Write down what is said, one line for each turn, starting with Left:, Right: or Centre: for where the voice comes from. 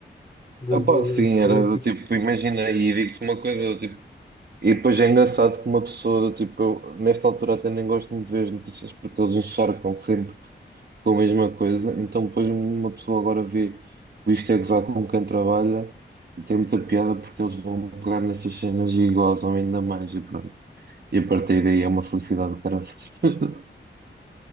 Left: da
Right: Opa,
Left: vida
Right: sim,
Left: política.
Right: era do tipo, imagina, e digo-te uma coisa, do tipo, e depois é engraçado que uma pessoa, do tipo, eu nesta altura até nem gosto muito de ver as notícias porque eles encharcam sempre com a mesma coisa, então depois uma pessoa agora vê o Isto é Gozar com quem trabalha e tem muita piada porque eles vão pegar nestas cenas e gozam ainda mais e pronto. E a partir daí é uma felicidade, parece. <laughs>